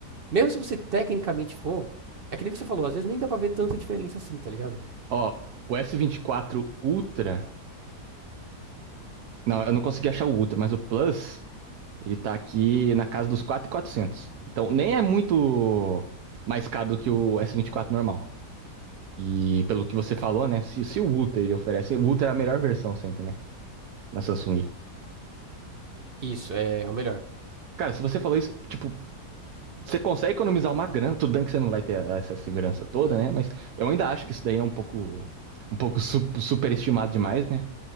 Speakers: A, on the right; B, on the right.
A: mesmo se você tecnicamente for, é que nem você falou, às vezes nem dá pra ver tanta diferença assim, tá ligado?
B: Ó, o s vinte e quatro Ultra. Não, eu não consegui achar o Ultra, mas o Plus, ele tá aqui na casa dos quatro mil e quatrocentos Então, nem é muito mais caro do que o s vinte e quatro normal. E pelo que você falou, né? Se, se o Ultra ele oferece, o Ultra é a melhor versão sempre, né? Na Samsung.
A: Isso, é, é o melhor.
B: Cara, se você falou isso, tipo, você consegue economizar uma grana, tudo bem que você não vai ter essa segurança toda, né? Mas eu ainda acho que isso daí é um pouco, um pouco su- superestimado demais, né?